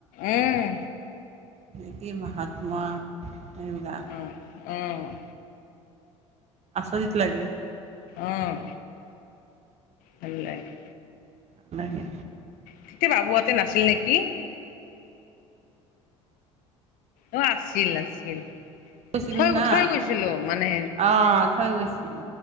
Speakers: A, on the left (about 60°); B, on the right (about 40°).
A: উম।
B: <unintelligible> মহাত্মা। এইবিলাক।
A: অ অ'।
B: আছৰিত লাগে।
A: অঁ, ভাল লাগে।
B: ভাল লাগে
A: তেতিয়া বাবুহঁতে নাছিল নেকি? অ' আছিল, আছিল।
B: গৈছিলো
A: থৈ গ,
B: না
A: থৈ গৈছিলো মানে
B: অ থৈ গৈছিলো